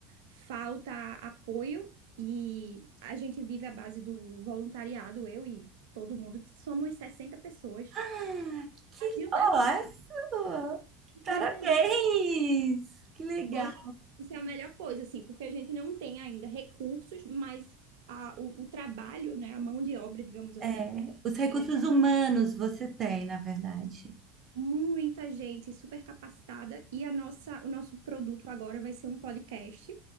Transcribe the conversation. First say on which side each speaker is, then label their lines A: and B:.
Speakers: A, on the right; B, on the right.
A: falta apoio, e a gente vive à base do voluntariado, eu e todo mundo, somos 60 pessoas.
B: Ah, Que,
A: Brasil tá
B: nossa! Parabéns!
A: muita gente.
B: Que legal.
A: Poxa, isso é a melhor coisa, assim, porque a gente não tem ainda recursos, mas a, o, o trabalho, né, a mão de obra, digamos assim,
B: É, os recursos
A: Eu trabalho
B: humanos você tem, na verdade.
A: com muita gente super capacitada e a nossa, o nosso produto agora vai ser um podcast